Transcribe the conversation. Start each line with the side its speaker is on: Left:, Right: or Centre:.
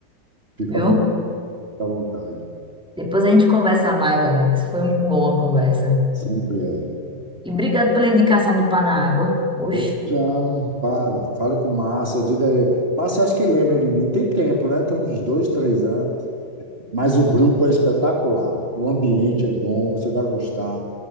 Right: Fica
Centre: viu?
Right: à vo- fica à vontade.
Centre: Depois a gente conversa mais, Alex. Foi muito boa a conversa.
Right: Sempre é.
Centre: E obrigado pela indicação do Panágua. Oxe,
Right: Bom, Então, fale. Fale com Márcia. Diga aí. Márcia, acho que lembra de mim. Tem tempo, né? Tem uns dois, três anos. Mas o grupo é espetacular, o ambiente é bom, você vai gostar.